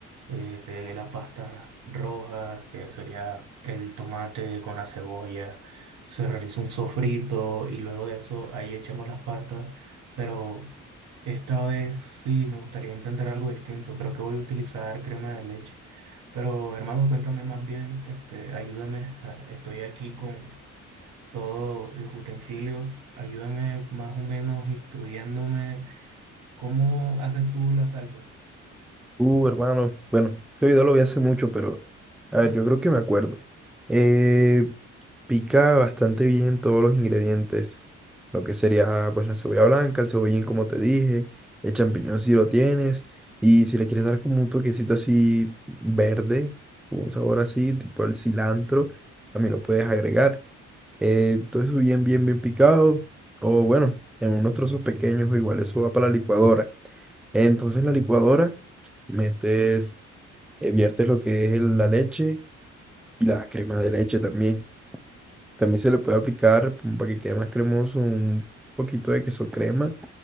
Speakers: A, on the right; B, in the centre.
A: eh, de la pasta roja, que sería el tomate con la cebolla. Se realiza un sofrito y luego de eso ahí echamos las patas. Pero esta vez sí me gustaría intentar algo distinto. Creo que voy a utilizar crema de leche. Pero hermano, cuéntame más bien, este, ayúdame. a- Estoy aquí con todos los utensilios. Ayúdame más o menos instruyéndome ¿Cómo haces tú la salsa?
B: Uh, hermano, bueno, ese video lo vi hace mucho, pero a ver, yo creo que me acuerdo. Eh, pica bastante bien todos los ingredientes, lo que sería pues la cebolla blanca, el cebollín como te dije, el champiñón si lo tienes, y si le quieres dar como un toquecito así verde, con un sabor así, tipo el cilantro, también lo puedes agregar eh, todo eso bien, bien, bien picado, o bueno, en unos trozos pequeños, o igual eso va para la licuadora. Entonces la licuadora, metes, eh, viertes lo que es el- la leche y la crema de leche también. También se le puede aplicar, como para que quede más cremoso, un poquito de queso crema,